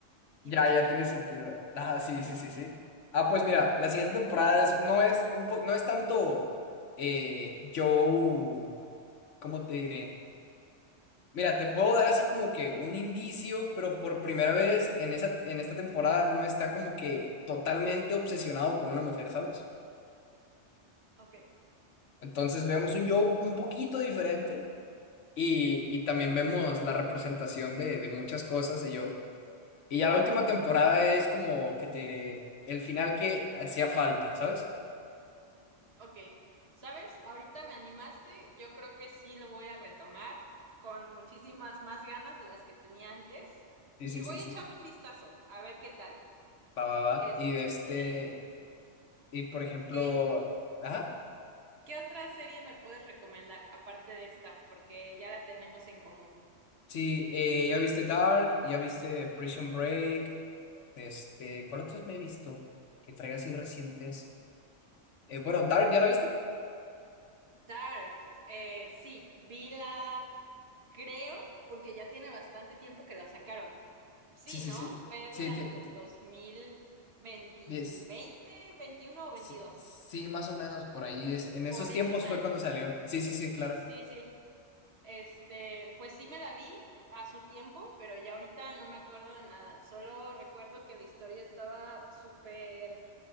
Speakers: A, on the right; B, on the left.
A: y
B: Ya,
A: busca.
B: ya tiene sentido. Ah, sí,
A: Sí,
B: sí, sí,
A: sí.
B: sí. Ah, pues mira, la siguiente temporada es- no es un po- no es tanto eh, Joe, ¿cómo te diré? Mira, te puedo dar así como que un indicio, pero por primera vez en esa, en esta temporada no está como que totalmente obsesionado con una mujer, ¿sabes?
A: Ok,
B: Entonces vemos un Joe un poquito diferente y, y también vemos la representación de, de muchas cosas de Joe. Y ya la última temporada es como que te diré el final que hacía falta, ¿sabes?
A: ok. ¿Sabes? Ahorita me animaste, yo creo que sí lo voy a retomar con muchísimas más ganas de las que tenía antes
B: Sí,
A: y
B: sí,
A: voy
B: sí, sí.
A: a echarle un vistazo a ver qué tal.
B: Va, va, va.
A: Este,
B: Y de este, y por ejemplo,
A: qué.
B: ajá,
A: ¿Qué otra serie me puedes recomendar aparte de esta? Porque ya la tenemos en común.
B: sí, eh, ya viste Dark, ya viste Prison Break, este, ¿cuál otros me he visto que traiga así recientes? Eh, bueno, Dark, ¿ya la viste?
A: Dark, eh, sí, vi la, creo, porque ya tiene bastante tiempo que la sacaron. Sí,
B: Sí, sí,
A: ¿no?
B: sí.
A: Fue
B: Sí,
A: durante
B: te- te-
A: el dos mil veinte,
B: yes.
A: 20, 21 o 22,
B: Sí, sí, más o menos por ahí. es- En esos
A: por
B: tiempos
A: esos años.
B: fue cuando salió. Sí, sí, sí, claro.
A: Sí, sí. Este, pues sí me la vi a su tiempo, pero ya ahorita no me acuerdo de nada. Solo recuerdo que la historia estaba súper,